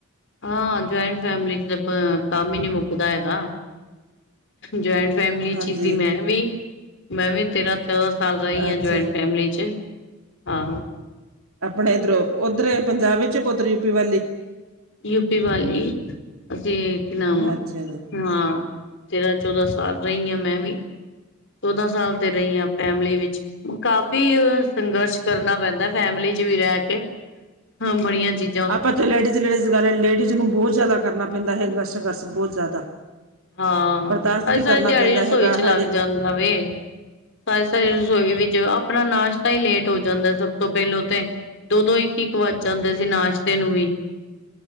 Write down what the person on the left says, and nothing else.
ਹਾਂ, ਜੁਆਇੰਟ ਫੈਮਲੀ'ਚ ਤਾਂ ਕੰਮ ਈ ਨੀ ਮੁੱਕਦਾ ਹੈਗਾ। ਜੁਆਇੰਟ ਫੈਮਿਲੀ
'ਚ ਈ ਸੀ, ਮੈਂ ਵੀ। ਮੈਂ ਵੀ ਤੇਰਾਂ-ਤੇਰਾਂ ਸਾਲ ਰਹੀ ਆ
ਜੁਆਇੰਟ ਫੈਮਿਲੀ'ਚ, ਆਹੋ।
ਯੂਪੀ ਵੱਲ ਈ, ਅਸੀਂ ਕੀ ਨਾਮ ਆ
ਹਾਂ, ਤੇਰਾ-ਚੌਦਾ ਸਾਲ ਰਹੀ ਆਂ ਮੈਂ ਵੀ‌। ਚੌਦਾਂ ਸਾਲ ਤੇ ਰਹੀ ਆਂ, ਫੈਮਿਲੀ ਵਿੱਚ। ਕਾਫ਼ੀ ਓ ਸੰਘਰਸ਼ ਕਰਨਾ ਪੈਂਦਾ, ਫੈਮਿਲੀ'ਚ ਵੀ ਰਹਿਕੇ। ਹਾਂ, ਬੜੀਆਂ ਚੀ
ਹਾਂ,
ਸਾਰੀ-ਸਾਰੀ
ਦਿਹਾੜੀ
ਰਸੋਈ'ਚ
ਲੱਗ ਜਾਂਦਾ ਵੇ। ਸਾਰੀ-ਸਾਰੀ ਰਸੋਈ ਵਿੱਚ ਅਪਣਾ ਨਾਸ਼ਤਾ ਈ ਲੇਟ ਹੋ ਜਾਂਦਾ ਏ, ਸਭ ਤੋਂ ਪਹਿਲੋਂ ਤੇ। ਦੋ-ਦੋ, ਇੱਕ-ਇੱਕ ਵੱਜ ਜਾਂਦੇ ਸੀ ਨਾਸ਼ਤੇ ਨੂੰ ਵੀ।